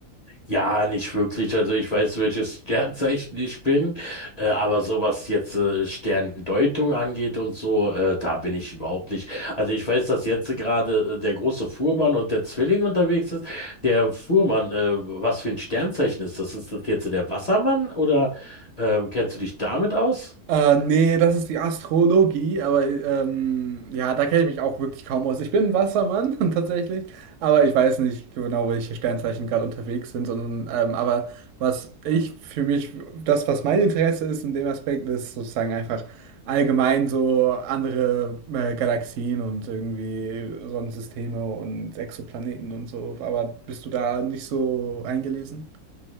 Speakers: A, on the left (about 40°); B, on the right (about 70°).
A: Ja, nicht wirklich. Also ich weiß, welches <laughs> Sternzeichen ich bin, äh, aber so was jetzt äh, Sterndeutung angeht und so, äh, da bin ich überhaupt nicht. Also ich weiß, dass jetzt gerade äh, der große Fuhrmann und der Zwilling unterwegs ist. Der Fuhrmann, äh, was für ein Sternzeichen ist das? Ist das jetzt der Wassermann oder äh, kennst du dich damit aus?
B: Äh, nee, das ist die Astrologie, aber ähm, ja, da kenne ich mich auch wirklich kaum aus. Ich bin ein Wassermann <laughs> tatsächlich, aber ich weiß nicht genau, welche Sternzeichen gerade unterwegs sind, sondern ähm, aber was ich für mich, das, was mein Interesse ist in dem Aspekt, ist sozusagen einfach allgemein so andere äh, Galaxien und irgendwie Sonnensysteme und Exoplaneten und so. Aber bist du da nicht so eingelesen?